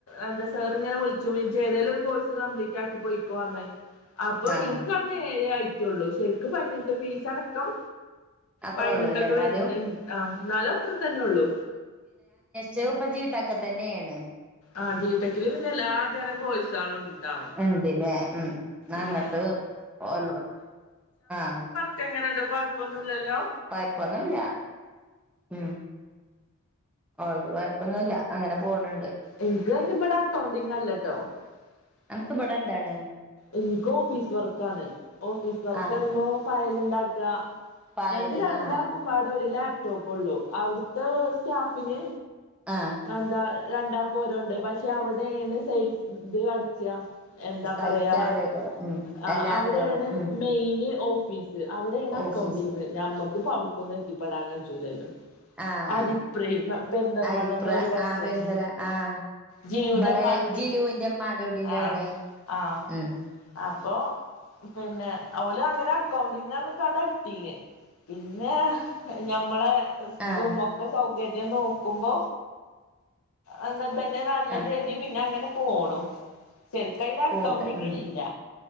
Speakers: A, on the left (about 75°); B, in the centre.
A: എന്താ സാറി ഇങ്ങനെ വിളിച്ചു ഏതെങ്കിലും ഒരു കോഴ്സ് കംപ്ലീറ്റ് ആക്കി പോയിക്കോ പറഞ്ഞ അപ്പൊ
B: ആഹ്
A: ഇനിക്ക് അന്ന് ഏ ആയിട്ടുള്ളു ശരിക്ക് ഫൈനിട്ട് ഫീസ് അടക്കം
B: അത്രേ
A: പൈനെട്ടൊക്കെ
B: ഉള്ളൂല്ലേ എന്നാലും
A: വരുന്നുണ്ട് ആഹ് എന്നാല അത്ര തന്നെ ഉള്ളൂ
B: ജ് ഇപ്പോ ജിട ടെക് തന്നെയാണ്
A: ആഹ് ജീടെക്കില് പിന്നെ എല്ലാതരം കോഴസുകളും ഉണ്ടാവും
B: ഉണ്ടിലേ ഉ അങ്ങോട്ട്
A: ഉം
B: ഓൽ വ ആ
A: ഇപ്പൊഎങ്ങനെയുണ്ട് കുഴപ്പൊന്നുമില്ലല്ലോ
B: കൊഴപ്പൊന്നുംല്ല ഉം ഉള്ളത് കൊഴപ്പൊന്നുമില്ല അങ്ങനെ പോണണ്ട്
A: എനിക്ക് അയിന് ഇവിടെ അക്കൗണ്ടിങ് <inaudible>
B: അന ക്ക് ഇബടെ എന്താണ്
A: എനിക്ക് ഓഫീസ് വർക്കാണ് ഓഫീസ് വർക്ക്
B: ആഹ്
A: പറയുമ്പോ ഫയൽ ഉണ്ടാക്ക
B: പായല്
A: ഞങ്ങക്ക് രണ്ടാക്കുമ്പാടെ
B: ആഹ്
A: ഒരു ലാപ്ടോപ്പും ഉള്ളു അവിടുത്തെ സ്റ്റാഫിന്
B: ആഹ്
A: എന്താ രണ്ടാക്ക ഓര് ഉണ്ട് പക്ഷെ അവിടെയാണ് സെയിൽസ് ഇത് അടിച്ച എന്താ
B: സൈറ്റ്
A: പറയാ
B: അവിടേക്കാരം ഉം
A: ആ
B: എല്ലാ
A: അവിടെയാണ്
B: ഇതോളും ഉം
A: മെയിന് ഓഫീസ് അവിടെയാണ് അക്കൗണ്ടിംഗ്
B: ഓഫീസ്
A: ഞമ്മക്കിപ്പ അവിടുക്കൊന്നും എത്തിപ്പെടാൻ കജൂലല്ലോ
B: ആഹ്
A: അതിപ്രേമ പെരന്തൽമാണ
B: അരിപ്ര
A: എന്നൊരു ബസ്
B: ആ പെരുന്തല
A: ഉ
B: ആഹ്
A: ജിലുടമാരുടി
B: ഇബളെ ജിലുവിന്റെ ഇമ്മാന്റെ കുടീന്റെ
A: ആഹ്
B: അവിടെ
A: ആഹ്
B: ഉം
A: അപ്പോ പിന്നെ അവഓല് അങ്ങനെ അക്കൗണ്ടിങ് കണ്ടട്ടീന് പിന്നെ ഞമ്മളെ
B: ആഹ്
A: തുമൊക്ക സൗകര്യം നോക്കുമ്പോ അ തന്നെ നല്ലത്
B: ആഹ്
A: എഴുതി പിന്നെ അങ്ങനെ പോണു ശെരിക്കതില് അക്കൗണ്ടിങ്
B: പോണ്ട് ഉം
A: ഇല്ല